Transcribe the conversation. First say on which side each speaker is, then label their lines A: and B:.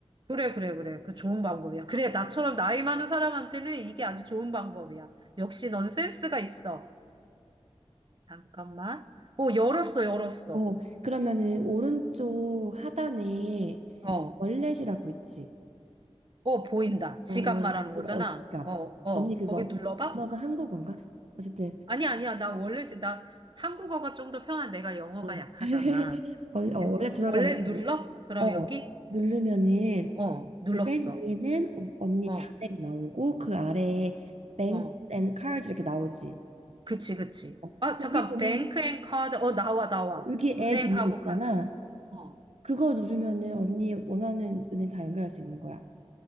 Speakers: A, on the right; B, on the right.
A: 그래, 그래, 그래. 그 좋은 방법이야. 그래, 나처럼 나이 많은 사람한테는 이게 아주 좋은 방법이야. 역시 넌 센스가 있어. 잠깐만. 어, 열었어, 열었어.
B: 어, 그러면은 오른쪽 하단에
A: 어,
B: 월렛이라고 있지?
A: 어, 보인다. 지갑
B: 어, 월렛,
A: 말하는
B: 이거
A: 거잖아.
B: 어, 지갑.
A: 어, 어,
B: 언니 그거,
A: 거기 눌러봐?
B: 너가 한국어인가? 어쨌든,
A: 아니, 아니야. 나 원래, 지- 나 한국어가 좀 더 편한 내가 영어가
B: 어.
A: 약하잖아.
B: <laughs> 월- 어,
A: 예,
B: 원래 들어가면,
A: 원래 눌러? 그럼
B: 어,
A: 여기?
B: 누르면은
A: 어, 눌렀어.
B: 이제 맨 위에는 어- 언니
A: 어,
B: 자택 나오고 그 아래에 Banks
A: 어.
B: and Cars d 이렇게 나오지.
A: 그치, 그치.
B: 어,
A: 아,
B: 거기
A: 잠깐,
B: 보면
A: 뱅크 앤 카드. 어, 나와, 나와.
B: 여기
A: 은행하고
B: add 있는 거 있잖아.
A: 카드. 어.
B: 그거 누르면은 언니 원하는 은행 다 연결할 수 있는 거야.